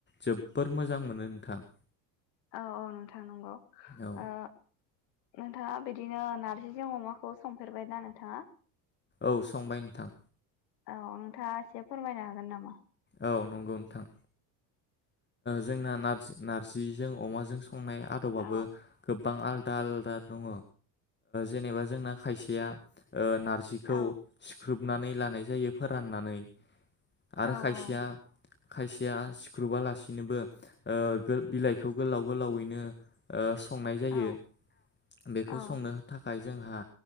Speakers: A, on the left; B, on the left.
A: जोबोर मोजां मोनो नोंथां
B: औ औ नोंथां नंगौ
A: औ
B: ओ नोंथाङा बिदिनो नार्जिजों अमाखौ संफेरबाय दा नोंथाङा
A: औ संबाय नोंथां
B: औ नोंथाङा एसे फोरमायनो हागोन नामा
A: औ नंगौ नोंथां जों नारजि नारजिजों अमाजों संनाय आदबाबो
B: औ
A: गो गोबां आलदा आलदा दङ जेनेबा जोंना खायसेया नारजिखौ
B: औ
A: सिख्रोब गुरनानै लानाय जायो फोराननानै आरो
B: औ
A: खायसेया
B: औ
A: खायसेया सिख्रुबालासिनोबो ओ बिलाइखौ गोलाव गोलावैनो संनाय जायो
B: औ
A: बेखौ
B: औ
A: संनो थाखाय जोंहा